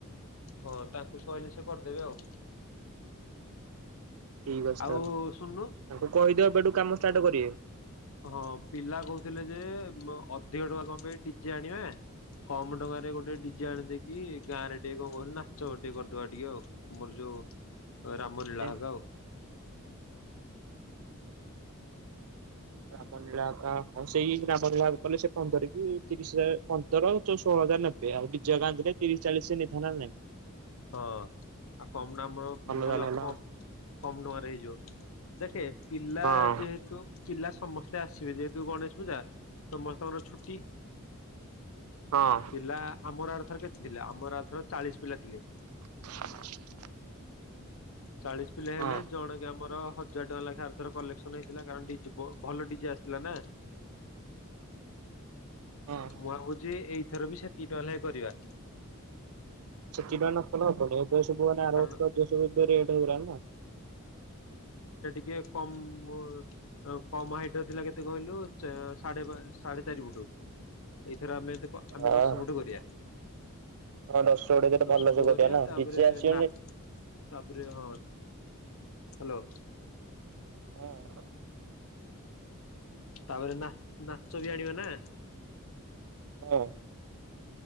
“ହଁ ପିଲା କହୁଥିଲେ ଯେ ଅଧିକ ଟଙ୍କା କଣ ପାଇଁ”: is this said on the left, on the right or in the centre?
Left